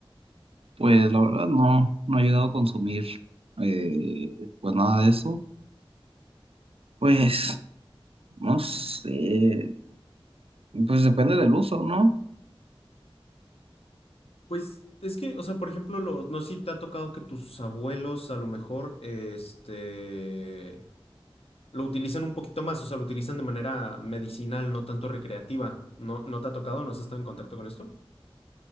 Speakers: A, on the right; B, on the left.
A: Pues la verdad no, no he llegado a consumir eh, pues nada de eso. Pues no sé, pues depende del uso, ¿no?
B: Pues Es que, o sea, por ejemplo, los, no sé si te ha tocado que tus abuelos a lo mejor, este, lo utilizan un poquito más, o sea, lo utilizan de manera medicinal, no tanto recreativa. ¿No, no te ha tocado? ¿No has estado en contacto con esto?